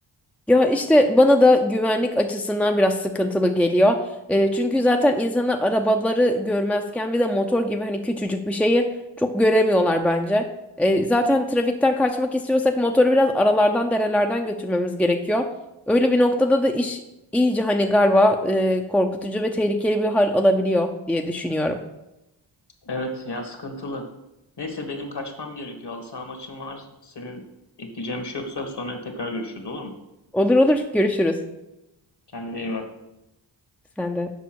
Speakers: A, in the centre; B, on the left.
A: Ya işte bana da güvenlik açısından biraz sıkıntılı geliyor. E, çünkü zaten insanlar arabaları görmezken bir de motor gibi hani küçücük bir şeyi çok göremiyorlar bence. E, zaten trafikten kaçmak istiyorsak motoru biraz aralardan derelerden götürmemiz gerekiyor. Öyle bir noktada da iş iyice hani galiba e, korkutucu ve tehlikeli bir hal alabiliyor diye düşünüyorum.
B: Evet ya sıkıntılı. Neyse benim kaçmam gerekiyor. Halı saha maçım var. Senin ekleyeceğin bir şey yoksa sonra tekrar görüşürüz olur mu?
A: Olur olur görüşürüz.
B: Kendine iyi bak.
A: Sen de.